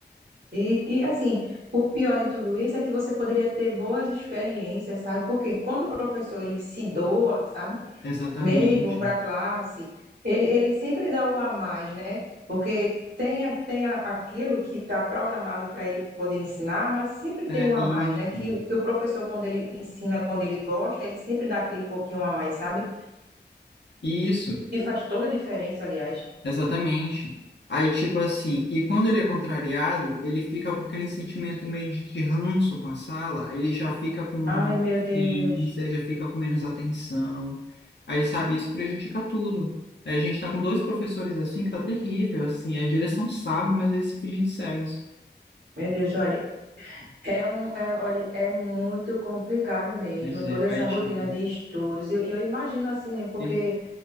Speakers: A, on the right (about 65°); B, on the left (about 70°).
A: E, e assim, o pior de tudo isso é que você poderia ter boas experiências, sabe? Porque quando o professor ele se doa, sabe?
B: Exatamente.
A: Mesmo para a classe, ele, ele sempre dá o a mais, né? Porque tem, a- tem a- aquilo que está programado para ele poder ensinar, mas sempre tem
B: É
A: um a
B: isso.
A: mais, né? Que, que o professor, quando ele ensina, quando ele gosta, ele sempre dá aquele pouquinho a mais, sabe?
B: Isso.
A: E faz toda a diferença, aliás.
B: Exatamente. Aí, tipo assim, e quando ele é contrariado, ele fica com aquele sentimento meio de de ranço com a sala, aí ele já fica com menos
A: Ai, meu
B: paciência,
A: Deus.
B: já fica com menos atenção. Aí, sabe, isso prejudica tudo. Aí A gente tá com dois professores assim que tá terrível, assim, a direção sabe, mas eles se fingem de cegos.
A: Meu Deus, olha. É um, é, olha, é muito complicado mesmo,
B: Pois
A: toda
B: é,
A: essa
B: aí
A: rotina
B: tipo,
A: de estudos. E eu, e eu imagino assim, né? Porque
B: e,